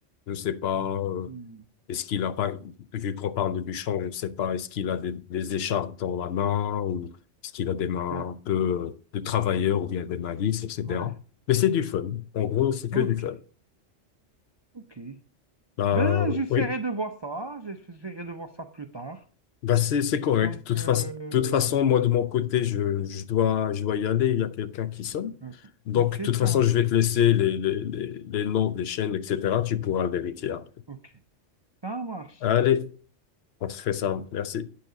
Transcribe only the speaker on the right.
mm.
Bien.
Ouais.
Ok.
Ok.
Ben, j'essaierai
de voir ça. J'essaierai de voir ça plus tard.
Donc,
euh,
oui.
Ok,
Ok,
ça marche.
Ok, ça marche.